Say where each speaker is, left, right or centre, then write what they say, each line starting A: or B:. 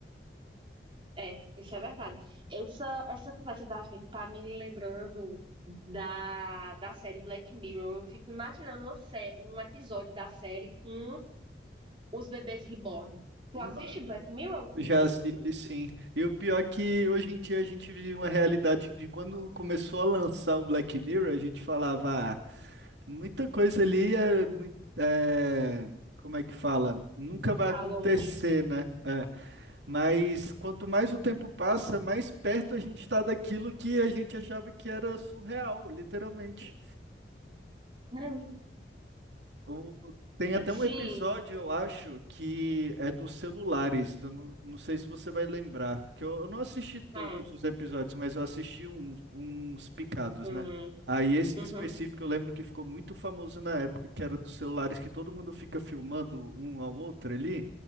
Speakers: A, on the right; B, on the right.
A: É, é, isso é verdade. Essa, essa conversa da gente tá me lembrando da, da série Black Mirror. Eu fico imaginando uma sé- um episódio da série com os bebês reborn. Tu
B: Não.
A: assiste Black Mirror?
B: Já assisti sim. E o pior é que hoje em dia a gente vive uma realidade de quando começou a lançar o Black Mirror, a gente falava, ah, muita coisa ali é muito. é, Como é que fala? Nunca vai
A: Tá
B: acontecer,
A: longe.
B: né? É, Mas quanto mais o tempo passa, mais perto a gente está daquilo que a gente achava que era surreal, literalmente.
A: É.
B: O- Tem até
A: Sim.
B: um episódio, eu acho, que é dos celulares. Eu não, não sei se você vai lembrar, que eu, eu não assisti todos
A: Hum,
B: os episódios, mas eu assisti uns, uns picados,
A: hum,
B: né? Aí esse
A: uhum.
B: em específico eu lembro que ficou muito famoso na época, que era dos celulares, que todo mundo fica filmando um ao outro ali.